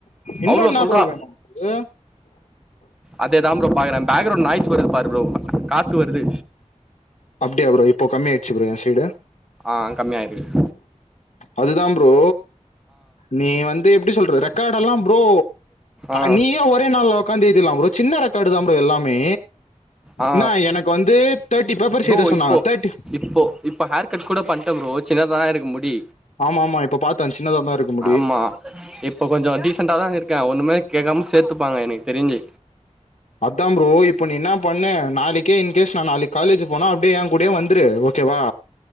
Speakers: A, on the left; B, in the centre.
A: இன்னு
B: அவ்ளோ
A: என்ன
B: சொல்றா
A: ப்ரோ வேணு உனக்கு
B: அதேதா ப்ரோ பாக்குறே பேக்ரவுண்ட் நாய்ஸ் வருது பாரு ப்ரோ காத்து வருது
A: அப்டியா ப்ரோ இப்போ கம்மியாச்சு ப்ரோ என் சைடு
B: ஆ கம்மி ஆயிருக்
A: அது தா ப்ரோ நீ வந் து எப்டி சொல்றது ரெக்கார்ட் எல்லா ப்ரோ
B: ஆ
A: நீயே ஒரே நாள்ல உக்காந்து எழுதில்லா ப்ரோ சின்ன ரெக்கார்டுதா ப்ரோ எல்லாமே
B: ஆ
A: ன்ன எனக்கு வந்து தேர்ட்டி பேப்பர்ஸ்
B: ப்ரோ
A: எழுத சொன்னாங்க
B: இப்போ
A: தேர்ட்டி
B: இப்போ இப்ப ஹேர் கட் கூட பண்டோ ப்ரோ சின்னதா இருக்கு முடி
A: ஆமா ஆமா இப்ப பாத்தே சின்னதா தா இருக்கு முடி
B: ஆமா இப்ப கொஞ்ச டீசண்டா தா இருக்கே ஒண்ணுமே கேக்காம சேத்துப்பாங்க எனக்கு தெரிஞ்சு
A: அதா ப்ரோ இப்ப நீ என்ன பண்ண நாளைக்கே இன்கேஸ் நான் நாளைக் காலேஜ் போனா அப்டியே என் கூடயே வந்துரு ஓகேவா